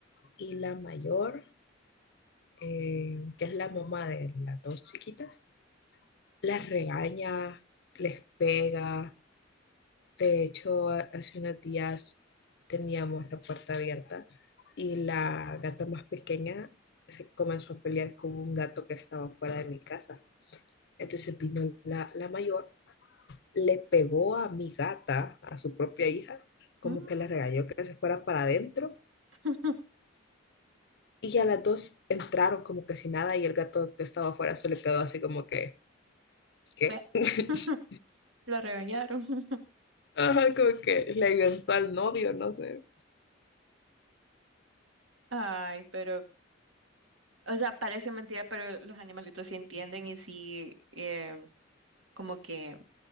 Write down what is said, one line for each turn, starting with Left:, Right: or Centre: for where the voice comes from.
Left: y la mayor, eh, que es la mamá de las dos chiquitas, las regaña, les pega. De hecho, ha- hace unos días teníamos la puerta abierta y la gata más pequeña se comenzó a pelear con un gato que estaba fuera de mi casa. Entonces vino la, la mayor, le pegó a mi gata, a su propia hija, como
Right: Mm.
Left: que la regañó que se fuera para adentro.
Right: <laughs>
Left: Y ya las dos entraron como que sin nada y el gato que estaba afuera se le quedó así como que, ¿qué?
Right: Bueno,
Left: <laughs>
Right: <laughs> Lo regañaron. <laughs>
Left: Ajá, como que le inventó al novio, no sé.
Right: Ay, pero O sea, parece mentira, pero los animalitos sí entienden y sí eh, como que